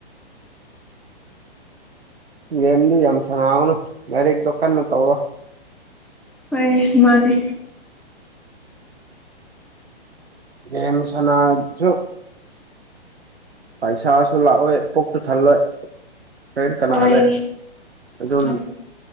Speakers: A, on the right; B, in the centre.
A: ꯌꯦꯦꯝꯗꯨ ꯌꯥꯝ ꯁꯅꯥꯥꯎꯅꯨ ꯌꯥꯔꯤꯛꯇꯣ ꯀꯟꯅ ꯇꯧꯔꯣ
B: ꯍꯣꯏ ꯃꯥꯅꯦ
A: ꯔꯦꯝ ꯁꯅꯥꯁꯨ ꯄꯩꯁꯥꯁꯨ ꯂꯥꯛꯑꯣꯦ ꯀꯣꯛꯁꯨ ꯊꯜꯂꯣꯏ ꯀꯔꯤꯦꯟ ꯀꯅꯥꯅꯦ
B: ꯍꯣꯏ
A: ꯑꯗꯨꯝ
B: ꯍꯣꯏ